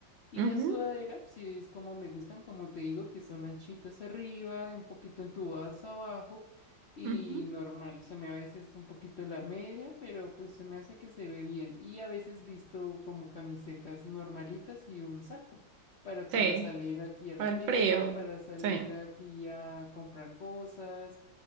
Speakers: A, on the left; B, on the right.
A: Y
B: ujú,
A: la sudadera, si es como me gustan, como te digo, que son anchitas arriba, un poquito entubadas abajo. Y
B: ujú.
A: normal, se me a veces un poquito la media, pero pues se me hace que se ve bien. Y a veces visto como camisetas normalitas y un saco para, para
B: Sí.
A: salir aquí a la
B: Para el
A: tienda,
B: frío.
A: para salir
B: Sí.
A: aquí a comprar cosas.